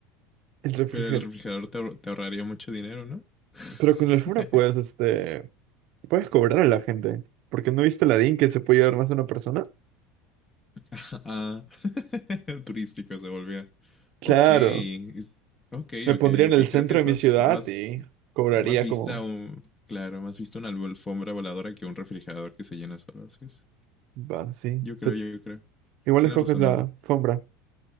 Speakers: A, on the right; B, on the left.
A: El refrigerador.
B: Pero el refrigerador te, ahor- te ahorraría mucho dinero, ¿no? <laughs>
A: Pero con la alfombra puedes, este, puedes cobrar a la gente. Porque no viste la DIN que se puede llevar más de una persona.
B: ah, <laughs> turístico se volvía.
A: Claro,
B: Ok, es- ok,
A: me pondría
B: ok,
A: en
B: ok.
A: el centro
B: Creo que es
A: de mi
B: más,
A: ciudad
B: más,
A: y cobraría
B: más vista
A: como,
B: un, claro, más vista una alfombra voladora que un refrigerador que se llena solo. Sí, sí.
A: va, sí.
B: Yo creo,
A: te-
B: yo creo.
A: igual
B: Suena
A: escoges
B: razonable.
A: la alfombra.